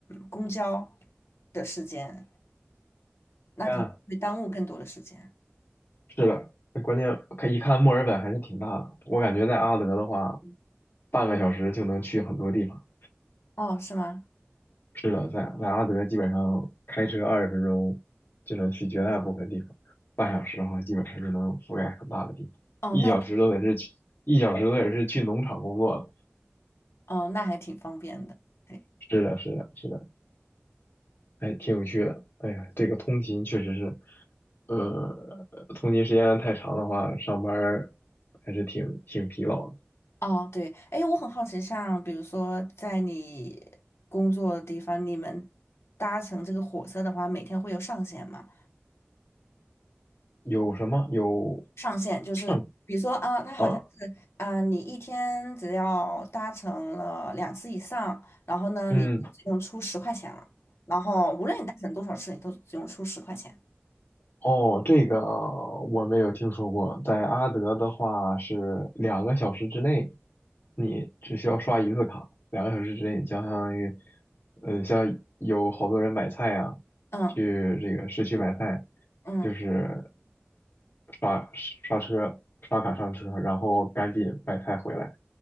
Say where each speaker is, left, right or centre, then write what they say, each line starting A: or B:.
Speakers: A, on the left; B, on the left.
A: 公交的时间，那可能会耽误更多的时间。
B: 天啊，是的，关键看一看墨尔本还是挺大的，我感觉在阿德的话，半个小时就能去很多地方。
A: 哦，是吗？
B: 是的，在在阿德基本上开车二十分钟就能去绝大部分地方，半小时的话基本上就能覆盖很大的地方，
A: 哦，
B: 一小时都得是去，
A: 那
B: 一小时都得是去农场工作了
A: 哦那还挺方便的。对
B: 是的，是的，是的，哎，挺有趣的。哎呀，这个通勤确实是，呃，通勤时间太长的话，上班儿还是挺挺疲劳的。
A: 哦，对，哎，我很好奇，像比如说在你工作的地方，你们搭乘这个火车的话，每天会有上限吗？
B: 有什么？有
A: 上限就是比如说啊，
B: 上
A: 它好像是啊，
B: 啊，
A: 你一天只要搭乘了两次以上，然后呢，
B: 嗯。
A: 你只用出十块钱了，然后无论你搭乘多少次，你都只用出十块钱。
B: 哦，这个我没有听说过。在阿德的话是两个小时之内，你只需要刷一次卡，两个小时之内，相当于，呃，像有好多人买菜啊，
A: 嗯
B: 去这个市区买菜，
A: 嗯，
B: 就是刷刷车刷卡上车，然后赶紧买菜回来，